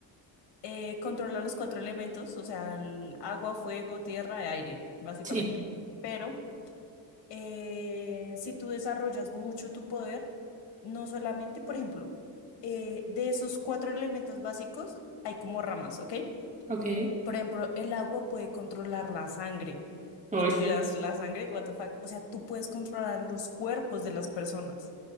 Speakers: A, on the left; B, on the right.
A: eh, controla los cuatro elementos, o sea, el agua, fuego, tierra y aire, básicamente.
B: Sí,
A: Pero eh, si tú desarrollas mucho tu poder, no solamente, por ejemplo, eh, de esos cuatro elementos básicos hay como ramas, ¿ok?
B: ok.
A: Por ejemplo, el agua puede controlar la sangre.
B: Uy,
A: Y tú dirás, la sangre, what the fuck. O sea, tú puedes controlar los cuerpos de las personas.